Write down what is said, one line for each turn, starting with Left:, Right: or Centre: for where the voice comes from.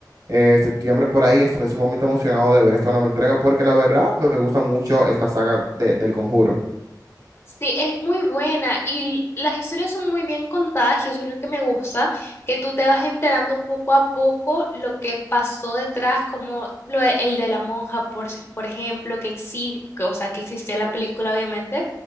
Right: eh, septiembre por ahí. Estoy sumamente emocionado de ver esta nueva entrega porque la verdad me gusta mucho esta saga de- del Conjuro.
Left: Sí, es muy buena y las historias son muy bien contadas y eso es lo que me gusta, que tú te vas enterando poco a poco lo que pasó detrás, como lo, de- el de la monja, por, si- por ejemplo, que existe, o sea, que existió en la película, obviamente,